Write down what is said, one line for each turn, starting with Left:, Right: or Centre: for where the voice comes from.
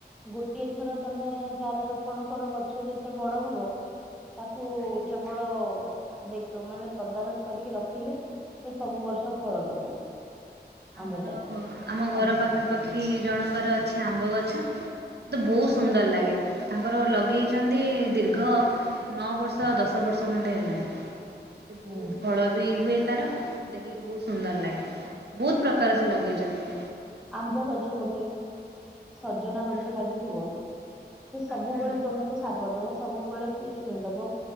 Centre: ଗୋଟିଏ ଥର ତମେ ଚାରା ରୋପଣ କର ଗଛ ଯେତେ ବଡ ହବ ତାକୁ
Right: ଆଜ୍ଞା।
Centre: କେବଳ ଦେକିବ ମାନେ ତଦାରଖ କରିକି ରଖିଲେ ସେ ସବୁ ବର୍ଷ ଫଳ ଦବ ଆମ୍ବ
Right: ଆମର
Centre: ଚାଷରେ।
Right: ଗ ଆମ ଘର
Centre: ଆମ୍
Right: ପାଖ ପାଖାପାଖି ଜଣଙ୍କର ଅଛି ଆମ୍ବ ଗଛ ମତେ ବହୁତ ସୁନ୍ଦର ଲାଗେ ତାଙ୍କର ଲଗେଇଛନ୍ତି ଦୀର୍ଘ ନଅ ବର୍ଷ ଦଶ ବର୍ଷ ଖଣ୍ଡେ ହେଲାଣି ବହୁତ
Centre: ହୁଁ
Right: ଫଳ ବି ହୁଏ ତାର ଦେଖିକି ବହୁତ ସୁନ୍ଦର ଲାଗେ ବହୁତପ୍ର କାର ସେ ଲଗେଇଛନ୍ତି
Centre: ଆମ୍ବ ଗଛ ଗୋଟେ ସଜନା ଗଛ
Right: ହୁଁ
Centre: ଲାଗିଥିବ ସେ ସବୁବେଳେ
Right: ହୁଁ
Centre: ତମକୁ ଶାଗ ଦବ ସବୁବେଳେ ସିଏ ଛୁଇଁ ଦବ